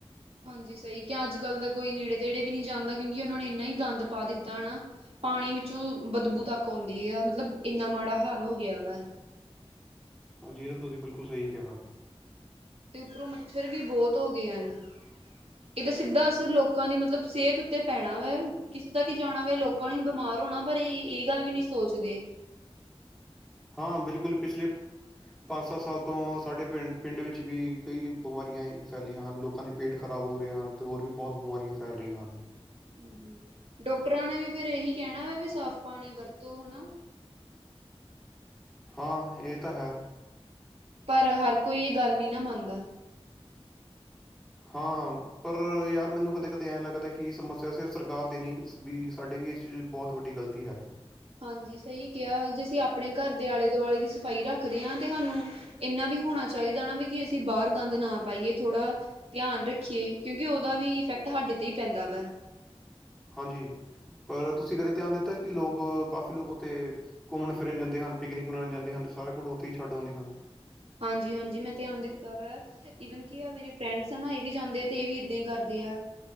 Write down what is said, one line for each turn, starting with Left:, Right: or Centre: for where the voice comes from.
Right: ਹਾਂਜੀ, ਸਹੀ ਕਿ ਅੱਜ ਕੱਲ੍ਹ ਤਾਂ ਕੋਈ ਨੇੜੇ ਤੇੜੇ ਵੀ ਨਹੀਂੀ ਜਾਂਦਾ ਕਿਉਂਕਿ ਉਹਨਾਂ ਨੇ ਇੰਨਾ ਹੀ ਗੰਦ ਪਾ ਦਿੱਤਾ, ਹਨਾ। ਪਾਣੀ ਵਿੱਚੋਂ ਬਦਬੂ ਤੱਕ ਆਉਂਦੀ ਆ ਮਤਲਬ, ਇੰਨਾ ਮਾੜਾ ਹਾਲ ਹੋ ਗਿਆ ਵਾ
Centre: ਹਾਂਜੀ, ਇਹ ਤਾਂ ਤੁਸੀਂ ਬਿਲਕੁਲ ਸਹੀ ਕਿਹਾ।
Right: ਤੇ ਉੱਪਰੋਂ ਮੱਛਰ ਵੀ ਬਹੁਤ ਹੋ ਗਏ ਹਨ। ਇਹਦਾ ਸਿੱਧਾ ਅਸਰ ਲੋਕਾਂ ਦੀ ਮਤਲਬ ਸਿਹਤ ਤੇ ਪੈਣਾ ਵੇ ਕਿਸੇ ਦਾ ਕਿ ਜਾਣਾ ਵਾ, ਲੋਕਾਂ ਨੂੰ ਬਿਮਾਰ ਹੋਣਾ ਪਰ ਇਹ ਇਹ ਗੱਲ ਵੀ ਨੀ ਸੋਚਦੇ।
Centre: ਹਾਂ, ਬਿਲਕੁਲ ਪਿਛਲੇ ਪੰਜ, ਸੱਤ ਸਾਲ ਤੋਂ ਸਾਡੇ ਪਿੰਡ ਵਿੱਚ ਵੀ ਕਈ ਬਿਮਾਰੀਆਂ ਫੈਲੀਆਂ ਹਨ, ਲੋਕਾਂ ਨੇ ਪੇਟ ਖ਼ਰਾਬ ਹੋ ਰਹੇ ਹਨ, ਅਤੇ ਹੋਰ ਵੀ ਬਹੁਤ ਬਿਮਾਰੀਆਂ ਫੈਲ ਰਹੀਆਂ ਹਨ।
Right: ਹੂੰ ਹੂੰ, ਡਾਕਟਰਾਂ ਨੇ ਵੀ ਫੇਰ ਇਹੀ ਕਹਿਣਾ ਵਾ ਵੀ ਸਾਫ਼ ਪਾਣੀ ਵਰਤੋ ਹਨਾ।
Centre: ਹਾਂ, ਇਹ ਤਾਂ ਹੈ।
Right: ਪਰ ਹਰ ਕੋਈ ਏ ਗੱਲ ਨੀ ਨਾ ਮੰਨਦਾ।
Centre: ਹਾਂ। ਪਰ ਯਾਰ ਮੈਨੂੰ ਕਦੇ ਕਦੇ ਐਂ ਲੱਗਦਾ ਕਿ ਸਮੱਸਿਆ ਸਿਰਫ ਸਰਕਾਰ ਦੀ ਨੀ ਵੀ ਸਾਡੇ ਵੀ ਏ ਚ ਬਹੁਤ ਵੱਡੀ ਗਲਤੀ ਹੈ।
Right: ਹਾਂਜੀ, ਸਹੀ ਕਿਹਾ ਜੇ ਅਸੀਂ ਆਪਣੇ ਘਰ ਦੇ ਆਲੇ ਦੁਆਲੇ ਦੀ ਸਫ਼ਾਈ ਰੱਖਦੇ ਆ ਤੇ ਸਾਨੂੰ ਇੰਨਾ ਵੀ ਹੋਣਾ ਚਾਹੀਦਾ ਨਾ ਵੀ ਕਿ ਅਸੀਂ ਬਾਹਰ ਗੰਦ ਨਾ ਪਾਈਏ ਥੋੜ੍ਹਾ ਧਿਆਨ ਰੱਖੀਏ ਕਿਉਂਕਿ ਉਹਦਾ ਵੀ ਇਫੈਕਟ ਸਾਡੇ ਤੇ ਹੀ ਪੈਂਦਾ ਵਾ
Centre: ਹਾਂਜੀ, ਪਰ ਤੁਸੀਂ ਕਦੇ ਧਿਆਨ ਦਿੱਤਾ ਕਿ ਲੋਕ ਕਾਫ਼ੀ ਲੋਕ ਉੱਥੇ ਘੁੰਮਣ ਫਿਰਨ ਜਾਂਦੇ ਹਨ। ਪਿਕਨਿਕ ਮਨਾਣ ਜਾਂਦੇ ਹਨ ਸਾਰਾ ਕੁਲ ਉੱਥੇ ਹੀ ਛੱਡ ਆਂਦੇ ਹਨ।
Right: ਹਾਂਜੀ, ਹਾਂਜੀ ਮੈਂ ਧਿਆਨ ਦਿੱਤਾ ਵੈ ਇਵਨ ਕੀ ਮੇਰੇ ਫਰੈਂਡਸ ਆ ਨਾ ਇਹ ਵੀ ਜਾਂਦੇ ਆ ਤੇ ਇਹ ਵੀ ਏਦਾਂ ਈ ਕਰਦੇ ਆ।